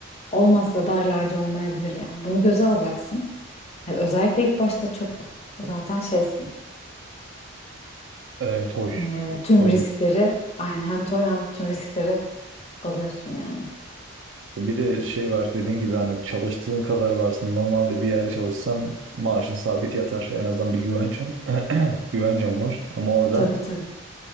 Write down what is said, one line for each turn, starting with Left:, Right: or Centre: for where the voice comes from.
Left: Olmazsa da aylarca olmayabilir yani. Bunu göze alacaksın. He, Özellikle ilk başta çok zaten şeysin.
Right: E, toy.
Left: Ee, tüm
Right: Toy
Left: riskleri aynı hem toy hem tüm riskleri alıyorsun yani.
Right: Bir de şey var dediğin gibi hani çalıştığın kadar varsın. Normalde bir yerde çalışsan maaşın sabit yatar. En azından bir güvencem, <clears throat> güvencem var. Ama orada
Left: Tabii tabii